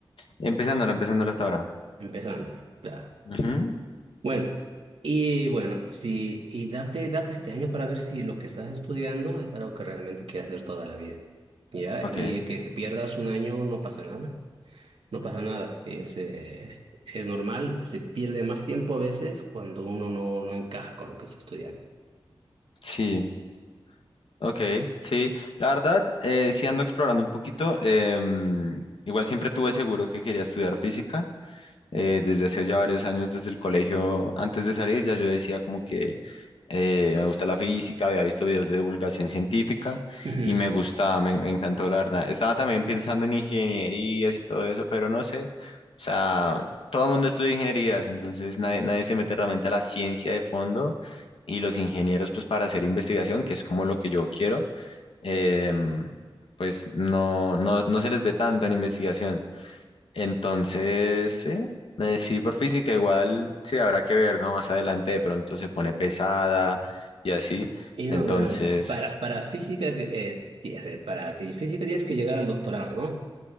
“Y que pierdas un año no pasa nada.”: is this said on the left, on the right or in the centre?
Right